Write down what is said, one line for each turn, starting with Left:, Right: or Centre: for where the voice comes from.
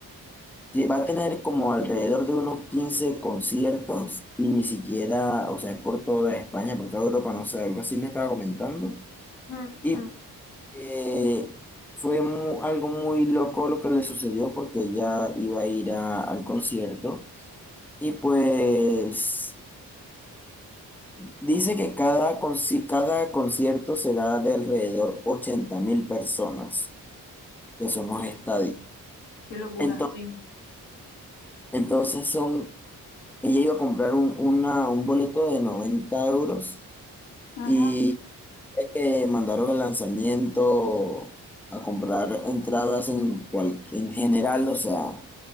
Centre: te- va a tener como alrededor de unos 15 conciertos y ni siquiera, o sea, es por toda España, por toda Europa, no sé, algo así me estaba comentando.
Left: ujú,
Centre: Y
Left: ujú.
Centre: eh, fue mu- algo muy loco lo que le sucedió porque ella iba a ir a- al concierto y pues... Dice que cada, conci- cada concierto será de alrededor ochenta mil personas, que son los
Left: Qué locura,
Centre: estadios.
Left: qué locura,
Centre: entonces
Left: sí.
Centre: Entonces, son, ella iba a comprar un, una- un boleto de noventa euros
Left: Ajá.
Centre: y eh, mandaron el lanzamiento a comprar entradas en, cual- en general, o sea,